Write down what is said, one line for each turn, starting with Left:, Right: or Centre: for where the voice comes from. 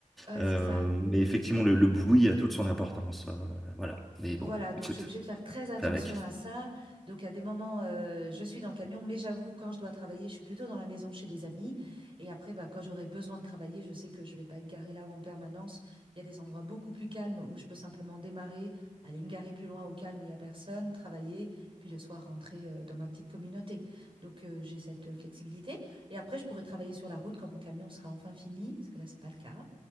Right: ouais,
Centre: Euh,
Right: c'est ça.
Centre: mais effectivement, le, le bruit a toute son importance. Euh, voilà. Mais
Right: Voilà,
Centre: bon,
Right: donc
Centre: écoute,
Right: je suis obligée de faire très attention
Centre: fais avec.
Right: à ça. Donc à des moments, euh, je suis dans le camion, mais j'avoue, quand je dois travailler, je suis plutôt dans la maison chez les amis. Et après, bah, quand j'aurai besoin de travailler, je sais que je vais pas être garée là en permanence. Il y a des endroits beaucoup plus calmes où je peux simplement démarrer, aller me garer plus loin au calme où il y a personne, travailler, puis le soir rentrer euh, dans ma petite communauté. Donc euh, j'ai cette euh, flexibilité. Et après, je pourrai travailler sur la route quand mon camion sera enfin fini, parce que là, c'est pas le cas.